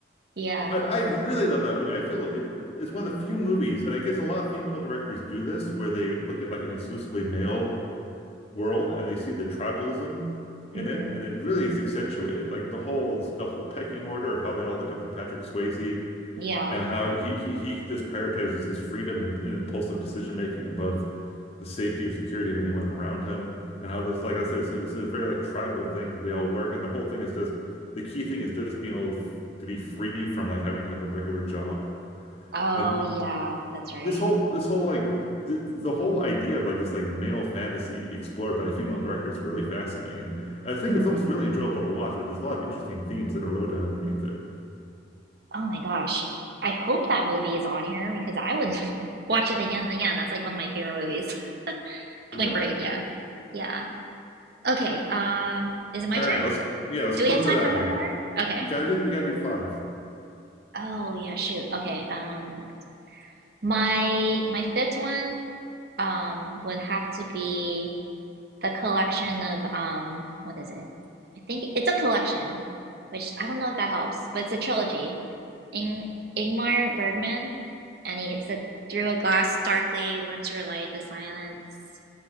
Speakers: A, on the right; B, on the left.
A: Yeah.
B: I, I really love that movie. I feel it, it's one of the few movies, and I guess a lot of female directors do this, where they look at like an exclusively male world and they see the tribalism in
A: hmm
B: it, and it really is accentuated. Like the whole the whole pecking order of how they all look up to Patrick Swayze
A: Yeah.
B: and how he he he just prioritizes his freedom and, and impulsive decision making above the safety or security of anyone around him, and how this like I said, it's, a- it's a very like tribal thing that they all work, and the whole thing is just the key thing is just being able to be free from like having to have a regular job.
A: Oh,
B: And
A: yeah, that's right.
B: this whole this whole like the, the whole idea of like this like male fantasy explored by a female director is really fascinating and i think
A: Mm.
B: the film's really enjoyable to watch but there's a lot of interesting themes that are loaded underneath it
A: Oh my gosh. I hope that movie is on here because I would <laughs> watch it again and again. That's like one of my favorite movies. Point
B: right
A: Break, yeah. Yeah. Okay, um, is it my
B: all
A: turn?
B: right let's yeah let's
A: Do
B: close
A: we have time
B: it out
A: for one
B: here
A: more? Okay.
B: we gotta do we gotta do five
A: Oh yeah, shoot. Okay. Um, my my fifth one um would have to be the collection of um what is it? I think it's a collection, which I don't know if that helps, but it's a trilogy. Ing Ingmar Bergman, and he, it's a Through a Glass, Darkly, Winter Light, The Silence.